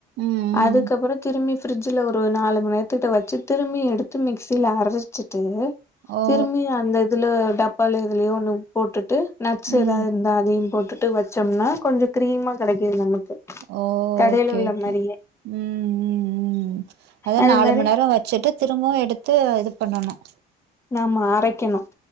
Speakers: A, on the right; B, on the left.
A: ம் ம்
B: அதுக்கப்புற திரும்பி ப்ரிட்ஜில ஒரு நாலு மணி நேரத்துட்ட வச்சு திரும்பி எடுத்து மிக்சியில அரைச்சிட்டு
A: ஓ
B: திரும்பியு அந்த இதுல டப்பால எதுலயோ ஒன்னு போட்டுட்டு நட்ஸ்
A: ம்
B: எதாவது இருந்தா அதையு போட்டுட்டு வச்சோம்னா கொஞ்சோ க்ரீமா கெடைக்கு நமக்கு
A: ஓ
B: கடையில
A: ஓகே
B: உள்ள
A: ஓகே
B: மாரியே
A: உம் உம் உம் அத
B: அது
A: நாலு
B: மாரி
A: மணி நேரோ வச்சுட்டு திரும்பவு எடுத்து இது பண்ணணும்
B: நாம்ம அரைக்கணும்